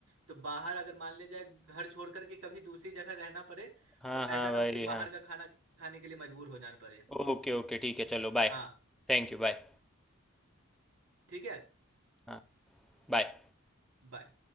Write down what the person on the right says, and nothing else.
तो बाहर अगर मान ले जाए घर छोड़ करके कभी दूसरी जगह रहना पड़े
तो
ऐसा ना
हो कि
बाहर का खाना खाने के लिए मजबूर हो जाना पड़े
हाँ
ठीक है
Bye.